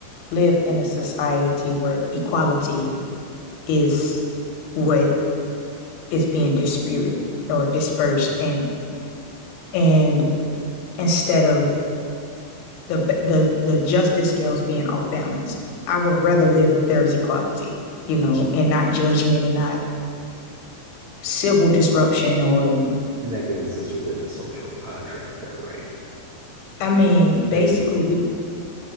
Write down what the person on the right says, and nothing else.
Right,
right.
And that can exist within the social contract, though, right?
That can be part
of it.